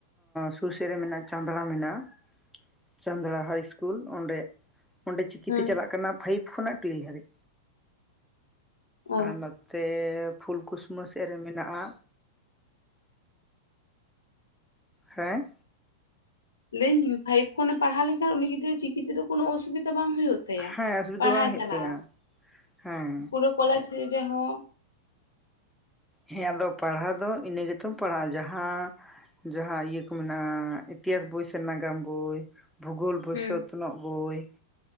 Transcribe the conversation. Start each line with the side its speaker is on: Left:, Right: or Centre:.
Centre: ᱥᱩᱨ ᱥᱮᱫ ᱨᱮ ᱢᱮᱱᱟᱜᱼᱟ ᱪᱟᱸᱫᱽᱲᱟ ᱢᱮᱱᱟᱜᱼᱟ᱾ ᱪᱟᱸᱫᱽᱲᱟ ᱦᱟᱭ ᱤᱥᱠᱩᱞ ᱚᱸᱰᱮ, ᱚᱸᱰᱮ ᱪᱤᱠᱤᱛᱮ
Left: ᱦᱮᱸ
Centre: ᱪᱟᱞᱟᱜ ᱠᱟᱱᱟ ᱯᱷᱟᱭᱤᱵᱽ ᱠᱷᱚᱱᱟᱜ ᱴᱩᱭᱮᱞ ᱫᱷᱟᱹᱨᱤᱡ᱾
Left: ᱚ
Centre: ᱟᱨ ᱱᱚᱛᱮ ᱯᱷᱩᱞᱠᱩᱥᱢᱟᱹ ᱥᱮᱫ ᱨᱮ ᱢᱮᱱᱟᱜᱼᱟ᱾ ᱦᱮᱸ᱾
Left: ᱞᱟᱹᱭᱟᱹᱧ ᱯᱷᱟᱭᱤᱯ ᱠᱷᱚᱱᱮ ᱯᱟᱲᱦᱟᱣ ᱞᱮᱠᱷᱟᱱ ᱩᱱᱤ ᱜᱤᱫᱽᱨᱟᱹ ᱪᱤᱠᱤ ᱛᱮᱫᱚ ᱠᱳᱱᱳ ᱚᱥᱩᱵᱤᱛᱟ ᱵᱟᱝ ᱦᱩᱭᱩᱜ?
Centre: ᱦᱮᱸ ᱚᱥᱩᱵᱤᱫᱷᱟ
Left: ᱯᱟᱲᱦᱟᱣ
Centre: ᱵᱟᱝ ᱦᱩᱭᱩᱜ
Left: ᱪᱟᱞᱟᱣ
Centre: ᱛᱟᱭᱟ ᱦᱮᱸ
Left: ᱯᱩᱨᱟᱹ ᱠᱚᱞᱮᱡᱽ ᱨᱮᱦᱚᱸ᱾
Centre: ᱦᱮᱸ ᱟᱫᱚ ᱯᱟᱲᱦᱟᱣ ᱫᱚ ᱤᱱᱟᱹ ᱜᱮᱛᱚᱢ ᱯᱟᱲᱦᱟᱜᱼᱟ ᱡᱟᱦᱟᱸ᱾ ᱡᱟᱦᱟᱸ ᱤᱭᱟᱹ ᱠᱚ ᱢᱮᱱᱟᱜᱼᱟ ᱤᱛᱤᱦᱟᱥ ᱵᱳᱭ ᱥᱮ ᱱᱟᱜᱟᱢ ᱵᱳᱭ᱾ ᱵᱷᱩᱜᱳᱞ ᱵᱚᱭᱥᱚᱛᱱᱚᱜ
Left: ᱦᱮᱸ
Centre: ᱵᱳᱭ,